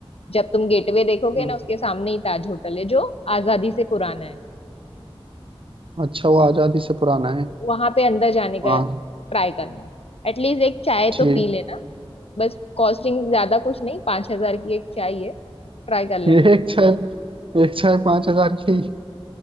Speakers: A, on the left; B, on the right.
A: जब तुम गेटवे देखोगे
B: हाँ।
A: ना उसके सामने ही ताज होटल है जो आजादी से पुराना है
B: अच्छा वो आजादी से पुराना है
A: वहां पे अंदर जाने का
B: हाँ
A: ट्राई करना एटलीस्ट एक चाय
B: ठीक
A: तो पी लेना बस कॉस्टिंग ज्यादा कुछ नहीं पांच हजार की एक चाय है ट्राई कर लेना
B: एक चाय एक चाय पांच हजार की